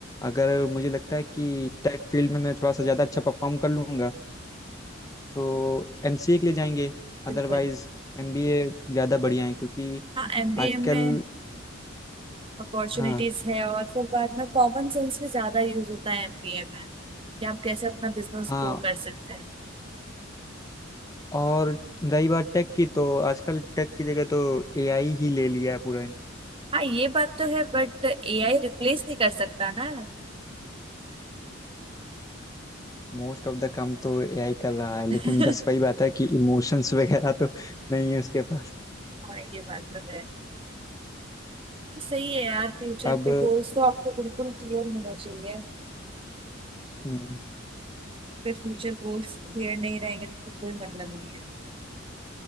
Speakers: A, on the left; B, on the right.
A: अगर मुझे लगता है कि टेक फील्ड में मैं थोड़ा सा ज़्यादा अच्छा परफॉर्म कर लूँगा तो एमसीए के लिए जाएंगे
B: बिल्कुल
A: अदरवाइज एमबीए ज़्यादा बढ़िया है क्योंकि
B: हाँ एमबीए
A: आजकल
B: में अपॉर्चुनिटीज
A: हाँ
B: है और फिर बाद में कॉमन सेंस भी ज्यादा यूज होता है एमबीए में कि आप कैसे अपना बिजनेस
A: हाँ
B: ग्रो कर सकते हैं
A: और रही बात टेक की तो आजकल टेक की जगह तो एआई ही ले लिया है पूरा
B: हाँ ये बात तो है बट एआई रिप्लेस नहीं कर सकता ना
A: मोस्ट ऑफ द काम तो एआई कर रहा है
B: <laughs>
A: लेकिन बस वही बात है कि इमोशंस <laughs> वगैरह तो नहीं है उसके पास
B: हाँ ये बात तो है सही है यार फ्यूचर
A: अब
B: के गोल्स तो आपको बिल्कुल क्लियर होना चाहिए
A: हम्म,
B: फिर फ्यूचर गोल्स क्लियर नहीं रहेगा तो फिर कोई मतलब नहीं है